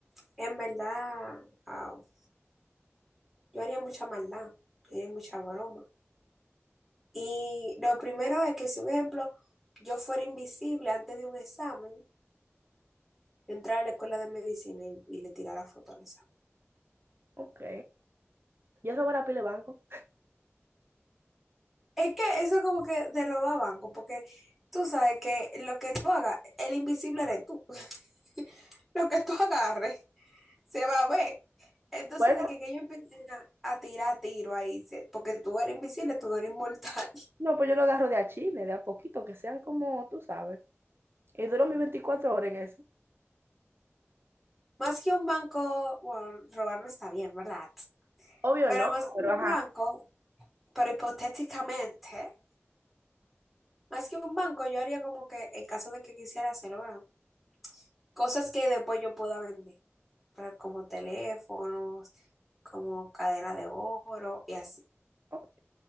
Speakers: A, in the centre; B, on the right (about 55°).
A: En verdad, wow, Yo haría mucha maldad. Yo haría mucha broma. Y lo primero es que, si un ejemplo, yo fuera invisible antes de un examen, yo entrara a la escuela de medicina y, y le tirara foto al examen.
B: Ok. Yo robara pile banco.
A: Es que eso como que te roba banco, porque tú sabes que lo que tú hagas, el invisible eres tú. <laughs> Lo que tú agarres. se va a ver. Entonces
B: Bueno,
A: dije que ellos empiezan a, a tirar tiro ahí, se- porque tú eres invisible, tú no eres inmortal.
B: no, pues yo lo agarro de a chile, de a poquito, que sean como tú sabes. Y duro mis 24 horas en eso.
A: <laughs> Más que un banco, bueno, robar no está bien, ¿verdad?
B: Obvio
A: Pero
B: no,
A: más que
B: pero
A: un
B: ajá.
A: banco, pero hipotéticamente, más que un banco, yo haría como que en caso de que quisiera hacerlo, ¿verdad? Cosas que después yo pueda vender, pero como teléfonos, como cadena de oro y así.
B: Ok.